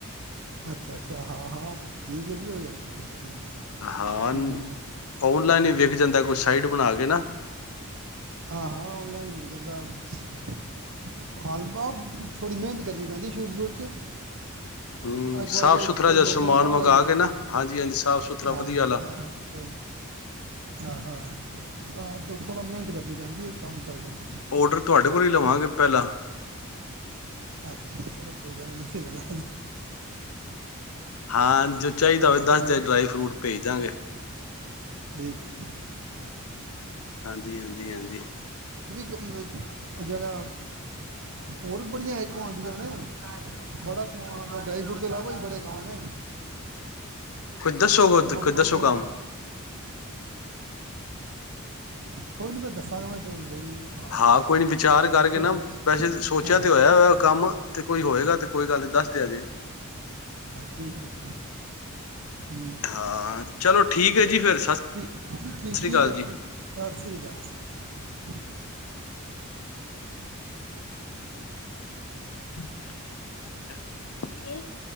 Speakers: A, on the right; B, on the left.
A: ਅੱਛਾ- ਅੱਛਾ, ਹਾਂ- ਹਾਂ। ਠੀਕ ਹੈ ਬੀ ਉਹ ਗੱਲ ਠੀਕ
B: ਹਾਂ, ਨ
A: ਹੈ
B: ਔਨਲਾਈਨ ਈ ਵਿਕ ਜਾਂਦੈ ਕੋਈ ਸਾਈਟ ਬਣਾ ਕੇ ਨਾ
A: ਹਾਂ- ਹਾਂ ਔਨਲਾਈਨ ਵਿਕ ਜਾਂਦੈ, ਹੱਲ ਬਾ ਥੋੜ੍ਹੀ ਮਿਹਨਤ ਕਰਨੀ ਪੈਂਦੀ ਆ ਸ਼ੁਰੂ ਸ਼ੁਰੂ ਚ।
B: ਹੂੰ
A: ਇਕ
B: ਸਾਫ਼
A: ਵਾਰੀ ਜੇ
B: ਸੁਥਰਾ
A: ਤ
B: ਜਿਹਾ
A: ਲੋਕਾਂ
B: ਸਮਾਨ
A: ਨੂੰ ਪਤਾ
B: ਮੰਗਵਾ
A: ਲੱਗ ਜੇ
B: ਕੇ ਨਾ ਹਾਂਜੀ ਹਾਂਜੀ ਸਾਫ਼ ਸੁਥਰਾ
A: ਆ
B: ਵਧੀਆ ਆਲਾ
A: ਹਾ ਆਸ ਆ ਹਾ ਆਦਿ ਥੋੜਾ ਮਿਹਨਤ ਮੈਨੂੰ ਕਹਿੰਦੀ ਏ ਕੰਮ ਚੱਲ ਜਾਂਦਾਂ
B: ਔਡਰ ਤੁਹਾਡੇ ਕੋਲ ਈ ਲਵਾਂਗੇ ਪਹਿਲਾਂ।
A: ਅੱਛਾ ਚਲੋ ਕੋਈ ਗੱਲ ਨੀ ਏਸੇ ਤਰਾਂ
B: ਹਾਂ, ਜੋ ਚਾਹੀਦਾ ਹੋਵੇ ਦੱਸ
A: ਹੂੰ
B: ਦੇ ਜੇ ਡਰਾਈ ਫਰੂਟ ਭੇਜਦਾਂਗੇ।
A: ਠੀਕ ਹੈ ਠੀਕ‌।
B: ਹਾਂਜੀ-ਹਾਂਜੀ- ਹਾਂਜੀ।
A: ਤੋ ਮਗ ਆ ਜਿਹੜਾ ਹੋਰ ਬੜੀਆਂ ਆਈਟਮਾਂ ਆਉਂਦੀਆਂ ਨੇ। ਬੜਾ ਸਮਾਨ ਆਂਦਾ, ਡਰਾਈ ਫਰੂਟ ਦ ਇਲਾਵਾ ਈ ਬੜੇ ਗਾਉ ਨੇ।
B: ਕੋਈ ਦੱਸੋ,
A: ਉਹ
B: ਕੋਈ
A: ਵੀ
B: ਦੱਸੋ
A: ਉਹ- ਉਹ-
B: ਕੰਮ।
A: ਕੋਈ ਨਹੀਂ ਮੈਂ ਦੱਸਾਂਗਾ, ਮੈਂ ਤੁਵਾਨੂੰ ਫੇਰ ਵੀ ਆਪ
B: ਹਾਂ
A: ਹੈ
B: ਕੋਈ
A: ਤੇ
B: ਨੀ ਵਿਚਾਰ ਕਰਕੇ ਨਾ
A: <unintelligible>
B: ਵੈਸੇ ਸੋਚਿਆ
A: ਹਾਂ-ਹਾਂ-ਹਾਂ-ਹਾ,
B: ਤੇ ਹੋਇਆ ਹੋਇਆ ਕੰਮ ਤੇ ਕੋਈ ਹੋਏਗਾ ਤੇ ਕੋਈ ਗੱਲ ਨੀ ਦੱਸ ਦਿਆ ਜੇ
A: ਠੀਕ ਏ ਠੀਕ ਏ ਹੂੰ,
B: ਹਾਂ ਚਲੋ ਠੀਕ ਏ ਜੀ ਫੇਰ ਸਤਿ
A: ਠੀਕ ਠੀਕ ਏ
B: ਸ੍ਰੀ
A: ਠੀਕ
B: ਅਕਾਲ
A: ਹੈ, ਜੀ ਸਤਿ ਸ਼੍ਰੀ ਕਾਲ, ਸਤਿ ਸ਼੍ਰੀ ਕਾਲ।
B: ਹੈ ਕੀ